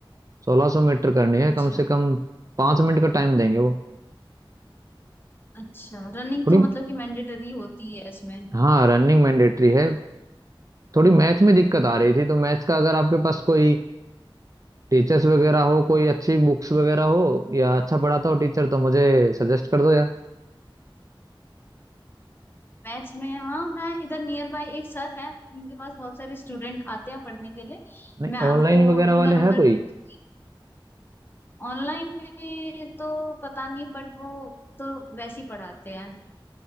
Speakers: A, on the right; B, on the left.
A: सोलह सौ मीटर करनी है
B: अच्छा
A: कम से कम पाँच मिनट का टाइम देंगे वो
B: अच्छा रनिंग
A: थोड़ी
B: तो मतलब कि मैंडेटरी होती है इसमें
A: हाँ रनिंग मैंडेटरी है थोड़ी मैथ में दिक्कत
B: हम्म।
A: आ रही थी तो मैथ्स का अगर आपके पास कोई टीचर्स वगैरह हो कोई अच्छी बुक्स वगैरह हो या अच्छा पढ़ाता हो टीचर तो मुझे सजेस्ट कर दो यार
B: मैथ्स में हाँ है इधर नियर बाय एक सर है उनके पास बहुत सारे स्टूडेंट आते हैं पढ़ने के लिए
A: नहीं
B: मैं आपको
A: ऑनलाइन
B: वो-
A: वगैरह
B: उनका
A: वाले
B: नंबर
A: है कोई
B: भेज दूंगी ऑनलाइन में तो पता नहीं बट वो तो वैसे ही पढ़ाते हैं